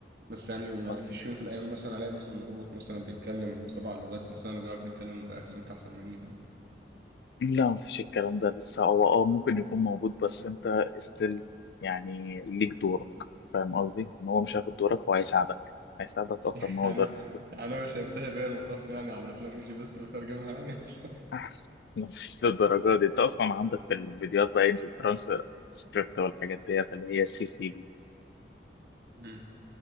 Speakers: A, on the right (about 55°); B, on the left (about 65°).
A: بس يعني يعني
B: صح
A: فيش يوم في الايام مثلا الاقي مثلا روبوت مثلا بيتكلم سبع لغات مثلا وبيعرف يتكلم باكسنت احسن مني يعني
B: لا مفيش الكلام ده لسه هو اه ممكن يكون موجود بس أنت استيل يعني ليك دورك فاهم قصدي؟ إن هو مش هياخد دورك هو هيساعدك هيساعدك أكتر
A: <laughs>
B: ما هو
A: يعني
B: ضرر
A: انا انا مش هينتهي بيا المطاف يعني على افلام ايجي بيست بترجمها يعني <laughs>
B: <laughs> مش للدرجة دي أنت أصلا عندك في الفيديوهات بقى ينزل ترانس سكريبت والحاجات ديت اللي هي سي سي
A: مم.